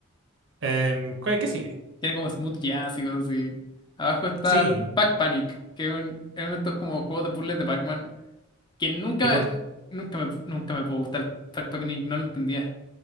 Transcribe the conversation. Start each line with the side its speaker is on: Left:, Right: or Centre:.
Right: Em, ¿cuál- ¿qué sigue?
Left: Tiene como Smooth Jazz y cosas así. Abajo está
Right: Sí.
Left: Pac Panic, que es, un- es uno de estos como juegos de puzzles de Pac-Man, que nunca,
Right: Y por
Left: nunca me, nunca me pudo gustar Pac Panic, no lo entendía.